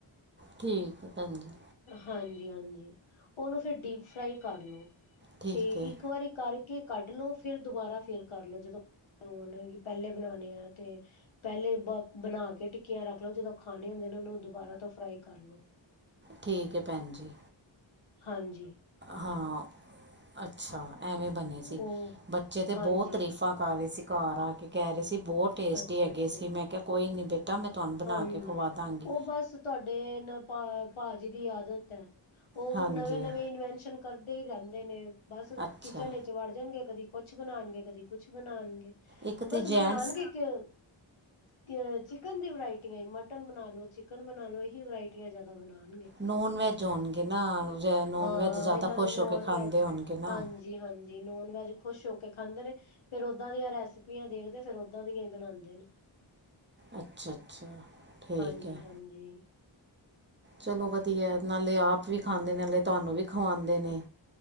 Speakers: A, on the right (about 25°); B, on the left (about 85°).
A: ਠੀਕ ਹੈ ਭੈਣ ਜੀ
B: ਹਾਂਜੀ ਹਾਂਜੀ ਉਹਨੂੰ ਫਿਰ ਡੀਪ ਫਰਾਈ ਕਰ ਲਓ
A: ਠੀਕ
B: ਤੇ
A: ਹੈ
B: ਇੱਕ ਵਾਰੀ ਕਰਕੇ ਕੱਢ ਲੋ ਫੇਰ ਦੁਬਾਰਾ ਫੇਰ ਕਰਲੋ ਜਦੋਂ ਹੁਣ ਪਹਿਲੇ ਬਣਾਉਣੇ ਆ ਤੇ ਪਹਿਲੇ ਬ ਬਣਾ ਕੇ ਟਿੱਕੀਆਂ ਰੱਖ ਲਓ ਜਦੋਂ ਖਾਣੇ ਹੁੰਦੇ ਨੇ ਦੁਬਾਰਾ ਤੋਂ ਫਰਾਈ ਕਰ ਲੋ
A: ਠੀਕ ਹੈ ਭੈਣ ਜੀ
B: ਹਾਂਜੀ
A: ਹਾਂ ਅੱਛਾ ਐਵੇਂ ਬਣੇ
B: ਉਹ
A: ਸੀ ਬੱਚੇ ਤਾਂ
B: ਹਾਂਜੀ
A: ਬਹੁਤ ਤਾਰੀਫਾਂ ਕਰ ਰਹੇ ਸੀ ਘ ਆ ਕੇ ਕਹਿ ਰਹੇ ਸੀ ਬਹੁਤ ਟੇਸਟੀ
B: ਅੱਛਾ-ਅੱਛਾ
A: ਹੈਗੇ ਸੀ ਮੈਂ ਕਿਹਾ ਕੋਈ ਨਹੀਂ ਮੈਂ ਤੁਹਾਨੂੰ ਬਣਾ
B: ਹਾਂਜੀ
A: ਕੇ ਖਵਾ ਦਾਂਗੀ
B: ਉਹ ਬਸ ਤੁਹਾਡੇ ਨਾ ਭ ਭਾਜੀ ਦੀ ਆਦਤ ਹੈ ਉਹ
A: ਹਾਂਜੀ
B: ਨਵੇਂ ਨਵੇਂ ਇਨਵੈਸ਼ਨ ਕਰਦੇ ਹੀ ਰਹਿੰਦੇ ਨੇ ਬਸ
A: ਅੱਛਾ
B: ਕਿਚਨ ਵਿਚ ਵੜ ਜਾਣਗੇ ਕਦੀ ਕੁਛ ਬਣਾਣਗੇ ਕਦੀ ਕੁਛ ਬਣਾਣਗੇ
A: ਇੱਕ ਤਾਂ
B: ਬਸ
A: ਜੈਂਟਸ
B: ਬਣਾਣਗੇ ਕਿ ਤੇ ਚਿਕਨ ਦੀ ਵਰਾਇਟੀਆਂ ਮਟਨ ਬਣਾ ਲੋ ਚਿਕਨ ਬਣਾ ਲੋ ਇਹੀ ਵਰਾਇਟੀਆਂ ਜਿਆਦਾ ਬਣਾ ਲ
A: ਨੋਨ ਵੈਜ ਹੋਣਗੇ ਨਾ ਨੋਨ
B: ਹਾਂ
A: ਵੈਜ ਜ਼ਿਆਦਾ
B: ਇਹਨਾਂ
A: ਖੁਸ਼
B: ਨੂੰ ਨੋਨ
A: ਹੋ ਕੇ ਖਾਂਦੇ
B: ਵੈਜ
A: ਹੋਣਗੇ ਨਾ
B: ਹਾਂਜੀ ਹਾਂਜੀ ਨੋਨ ਵੈਜ ਖੁਸ਼ ਹੋ ਕੇ ਖਾਂਦੇ ਨੇ ਫੇਰ ਓਦਾਂ ਦੀ ਰੈਸਪੀਆਂ ਦੇਖਦੇ ਫੇਰ ਓਦਾਂ ਦੀਆਂ ਹੀ ਬਣਾਉਂਦੇ ਨੇ <unintelligible>
A: ਅੱਛਾ ਅੱਛਾ ਠੀਕ
B: ਹਾਂਜੀ
A: ਹੈ
B: ਹਾਂਜੀ
A: ਚਲੋ ਵਧੀਆ ਨਾਲੇ ਆਪ ਵੀ ਖਾਂਦੇ ਨੇ ਨਾਲੇ ਤੁਹਾਨੂੰ ਵੀ ਖਵਾਉਦੇ ਨੇ